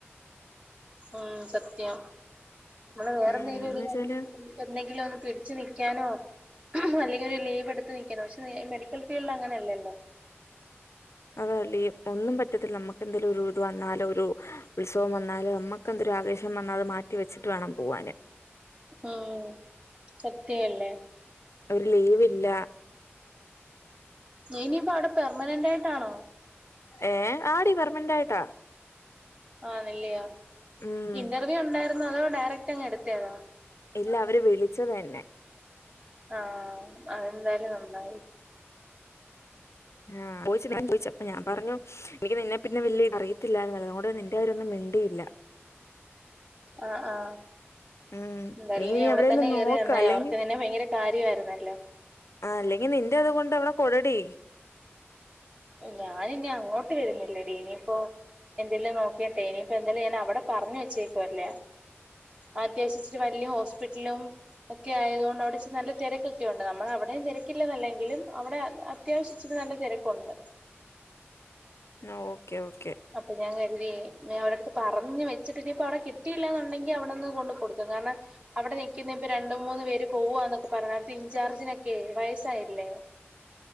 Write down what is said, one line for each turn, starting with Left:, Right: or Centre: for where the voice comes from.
Right: ഉം സത്യം നമ്മള് വേറെ
Left: ഉം
Right: എന്തെങ്കിലും
Left: എന്ന് വെച്ചാല്
Right: ഒരു <inaudible> എന്തെങ്കിലും ഒന്ന് പിടിച്ച് നിക്കാനോ അല്ലെങ്കില് ലീവ് എടുത്ത് നിക്കാനോ പഷേ മെഡി ക്കൽ ഫീൽഡ് അങ്ങനെയല്ലല്ലോ
Left: അതുവല്ല ഈ ഒന്നും പറ്റത്തില്ല നമുക്ക് എന്തെലും ഒരു ഇത് വന്നാലോ ഒരു ഉത്സവം വന്നാലോ നമ്മ ക്കെന്തൊരാവേശം വന്നാത് മാറ്റി വെച്ചിട്ട് വേണം പോവാന്
Right: ആഹ്‌ സത്യ അല്ലേ
Left: ഒരു ലീവില്ല
Right: നീയിനിപ്പോ അവടെ പെർമനൻറ്റായിട്ടാണോ?
Left: ഏഹ് ആടി പെർമനൻറ്റായിട്ടാ
Right: ആന്ന്ല്ലയോ
Left: ഉം
Right: ഇന്റർവ്യൂ ഒണ്ടാരുന്നോ അതോ ഡയറക്റ്റ് അങ്ങ് എടുത്തേയാണോ
Left: ഇല്ല അവര് വിളിച്ചതാ എന്നെ
Right: ആഹ് അതെന്തായാലും നന്നായി
Left: ആഹ് <unintelligible> ഞാ ചോയിച്ച് അപ്പോ ഞാ പറഞ്ഞു എനിക്ക് നിന്നെ പിന്നെ വല്യേ അറിയത്തില്ലാരുന്നല്ലോ അതുകൊണ്ട് നിന്റെ കാര്യവൊന്നും മിണ്ടില്ല
Right: <inaudible> ആഹ് ആഹ്
Left: ഉം
Right: എന്തായാലും നീ
Left: ഇനി
Right: അവടെത്തന്നെ
Left: എവിടെലും
Right: കേറിത്
Left: നോക്ക
Right: നന്നായി
Left: അല്ലെങ്കിൽ
Right: അവർക്ക് നിന്നെ ഭയങ്കര കാര്യവാരുന്നല്ലേ
Left: ആഹ്‌ അല്ലെങ്കി നിന്റെ അതുകൊണ്ട് അവടെ കൊടടി
Right: ഞാനിനി അങ്ങോട്ട് വരുന്നില്ലടി ഇനിപ്പോ എന്തെലും നോക്കിട്ടെ ഇനിപ്പോ എന്തായാലും ഞാൻ അവിടെ പറഞ്ഞ് വെച്ചേക്കുവല്ലേ അത്യാവശ്യം ഇച്ചിരി വല്യ ഹോസ്പിറ്റ്ലും ഒക്കെ ആയതുകൊണ്ട് അവടെ ഇച്ചിരി നല്ല തെരക്കൊക്കെ ഒണ്ട് നമ്മളവടെയും തെരക്കില്ലെന്നല്ലെങ്കിലും അവടെ അത്യാവശ്യച്ചിരിനല്ല തെരക്കോണ്ട്
Left: എന്നാ ഓക്കേ ഓക്കേ
Right: അപ്പൊ ഞാൻ കരുതി അവിടടുത്ത് പറഞ്ഞ് വെച്ചിട്ടിനിയിപ്പ അവിടെ കിട്ടിയില്ലാന്നുണ്ടെങ്കി അവിടെന്ന് കൊണ്ട് കൊടുക്കും കാരണം അവിടെ നിക്കുന്ന ഇപ്പൊ രണ്ടു മൂന്ന് പേര് പോവാന്നൊക്കെ പറഞ്ഞു അവിടുത്തെ ഇൻചാർജിനൊക്കെ വയസായില്ലേ